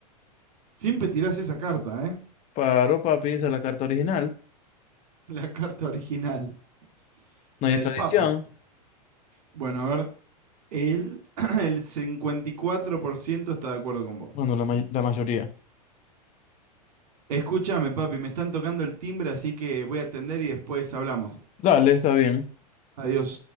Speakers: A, on the right; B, on the left.
A: Siempre tirás esa carta, ¿eh?
B: Paro, papi, esa es la carta original.
A: <laughs> La carta original,
B: Nadie
A: la
B: es
A: del
B: tradición.
A: Papa. Bueno, a ver, el, <clears throat> el 54% está de acuerdo con vos.
B: Bueno, la, may- la mayoría.
A: Escúchame, papi, me están tocando el timbre, así que voy a atender y después hablamos.
B: Dale, está bien.
A: Adiós.